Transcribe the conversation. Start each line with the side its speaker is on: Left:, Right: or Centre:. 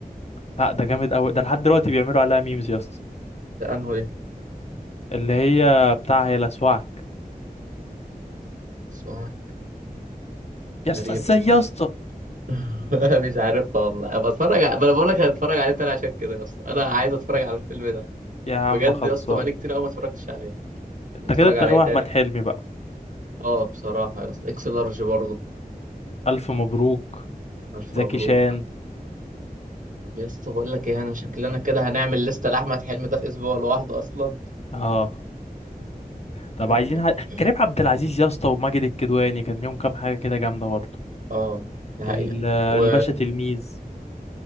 Left: لا ده جامد قوي ده لحد دلوقتي بيعملوا عليها ميمز يا اسطى
Right: ده انهو ده
Left: اللي هي بتاع هي لسواك
Right: اسمها
Left: يا
Right: تقريبا
Left: اسطى ازاي يا
Right: لا
Left: اسطى
Right: <laughs> مش عارف والله انا بتفرج ع- ما انا بقول لك هتفرج عليه تاني عشان كده يا اسطى انا عايز اتفرج على الفيلم ده
Left: يا عم
Right: بجد
Left: خلصان
Right: يا اسطى بقالي كتير قوي ما اتفرجتش عليه
Left: انت
Right: نتفرج
Left: كده انت
Right: على
Left: غاوي
Right: ايه تاني
Left: احمد حلمي بقى
Right: اه بصراحه يا اسطى اكس لارج برضه
Left: الف مبروك
Right: الف
Left: زكي
Right: مبروك
Left: شان
Right: طب يا اسطى بقول لك ايه انا شكلنا كده هنعمل لسته لاحمد حلمي ده في اسبوع لوحده اصلا
Left: اه طب
Right: <laughs>
Left: عايزين ح... كريم عبد العزيز يا اسطى وماجد الكدواني كان ليهم كام حاجه كده جامده برضه
Right: اه ده حقيقه
Left: ال- الباشا
Right: و
Left: تلميذ